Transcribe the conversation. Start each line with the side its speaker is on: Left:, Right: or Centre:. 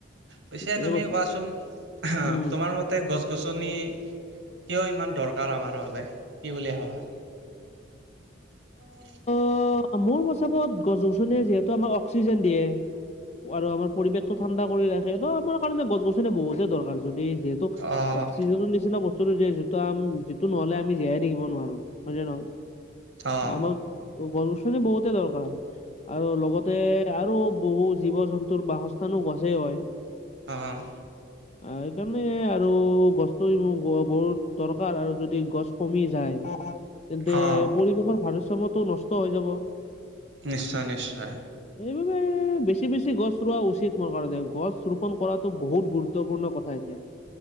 Right: পিছে
Left: ঠিকেই
Right: তুমি
Left: কৈছা
Right: কোৱাচোন
Left: উম।
Right: তোমাৰ ম তাতে গছ-গছনি কিয় ইমান দৰকাৰ আমাৰ বাবে কি বুলি ভাবা? অহ'
Left: অ' মোৰ হিচাপত গছ-গছনিয়ে যিহেতু আমাক অক্সিজেন দিয়ে, আৰু আমাৰ পৰিৱেশটো ঠাণ্ডা কৰি ৰাখে, ত আমাৰ কাৰণে গছ-গছনি বহুতে দৰকাৰ যদি-
Right: অ'।
Left: অক্সিজেনৰ নিচিনা বস্তুটো যিয়ে যিটো আ যিটো নহ'লে আমি জীয়াই থাকিব নোৱাৰো, হয় নে নহয়?
Right: অ',
Left: আমাক গছ-গছনি বহুতে দৰকাৰ। আৰু লগতে আৰু বহু জীৱ-জন্তুৰ বাসস্থানো গছেই হয়।
Right: অহ'
Left: সেইকাৰণে আৰু গছটো বহুত দৰকাৰ আৰু যদি গছ- কমি যায় তেন্তে
Right: অ',
Left: পৰিৱেশৰ ভাৰসাম্য টো নষ্ট হৈ যাব।
Right: নিশ্চয় নিশ্চয়,
Left: এইবাবে বেছি বেছি গছ ৰোৱা উচিত মোৰ কাৰণে গছ ৰোপন, কৰাতো বহুত গুৰুত্বপূৰ্ণ কথা এতিয়া।